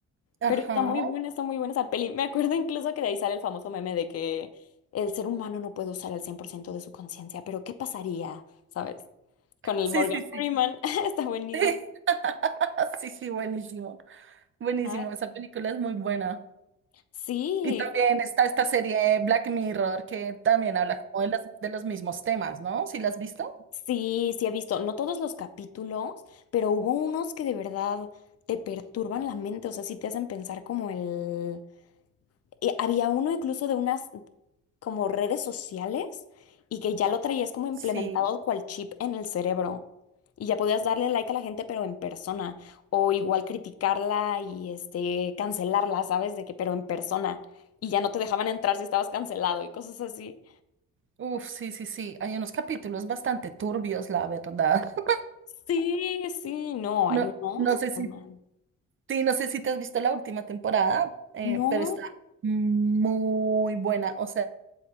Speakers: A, on the right (about 35°); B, on the left (about 45°).
A: Ajá.
B: Pero está muy buena, está muy buena esa peli. Me acuerdo incluso que de ahí sale el famoso meme de que el ser humano no puede usar el 100% de su conciencia, pero ¿qué pasaría? ¿Sabes? Con el
A: Sí,
B: Morgan
A: sí, sí.
B: Freeman. <laughs> Está buenísimo.
A: <laughs> Sí, sí, sí, buenísimo. Buenísimo,
B: Ay,
A: esa película es muy buena.
B: sí.
A: Y también está esta serie Black Mirror que también habla como de, las, de los mismos temas, ¿no? ¿Sí la has visto?
B: Sí, sí he visto, no todos los capítulos, pero hubo unos que de verdad te perturban la mente, o sea, sí te hacen pensar como el... eh, había uno incluso de unas, como redes sociales y que ya lo traías como implementado
A: Sí.
B: cual chip en el cerebro. Y ya podías darle like a la gente, pero en persona. O igual criticarla y este cancelarla, ¿sabes? De que, pero en persona. Y ya no te dejaban entrar si estabas cancelado y cosas así.
A: Uf, sí, sí, sí. Hay unos capítulos bastante turbios, la verdad. <laughs>
B: Sí, sí, no,
A: No,
B: hay unos.
A: no sé si,
B: pero man,
A: sí, no sé si te has visto la última temporada, eh,
B: No,
A: pero está muy buena. O sea,